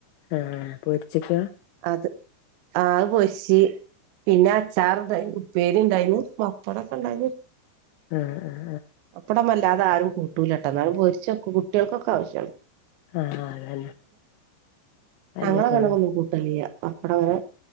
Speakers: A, on the left (about 85°); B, on the right (about 75°).
A: ആഹ പൊച്ചക്ക
B: അത് ആ പൊരിച്ച് പിന്നെ അച്ചാറുണ്ടായിരുന്നു ഉപ്പേരി ഇണ്ടായിരുന്നു പപ്പടൊക്കെ ഉണ്ടായിരുന്നു
A: ആ അ
B: അപ്പടം അല്ലാതൊരും കൂട്ടൂലട്ട എന്നാലും പൊരിച്ചെ കുട്ടികൾക്കൊക്കെ ആവശ്യമാണ്
A: ആഹ അതന്നെ അയിന്റെ
B: ഞങ്ങളങ്ങന
A: കോണ്
B: ഒന്നും കൂട്ടലില്ല അപ്പട അങ്ങനെ